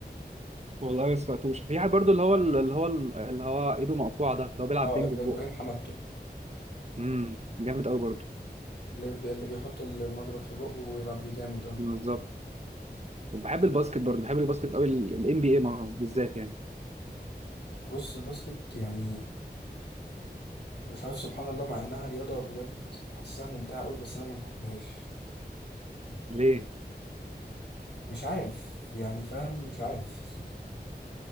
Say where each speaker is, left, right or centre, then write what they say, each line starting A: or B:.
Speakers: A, on the right; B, on the left.
A: والله ما سمعتوش في واحد برضو اللي هو اللي هو اللي هو ايده مقطوعه ده اللي هو بيلعب
B: اه
A: بينج
B: إب-
A: ببقه
B: ابراهيم حمدتو
A: امم جامد قوي برضو
B: اللي بي- اللي بيحط ال- المضرب في بقه ويلعب بيه جامد اه
A: بالظبط وبحب الباسكت برضو بحب الباسكت قوي الام بي اي بالذات يعني
B: بص الباسكت يعني مش عارف سبحان الله مع انها رياضة بجد بحسها ممتعة قوي بس انا ما بحبهاش
A: ليه
B: مش عارف يعني فاهم مش عارف <laughs>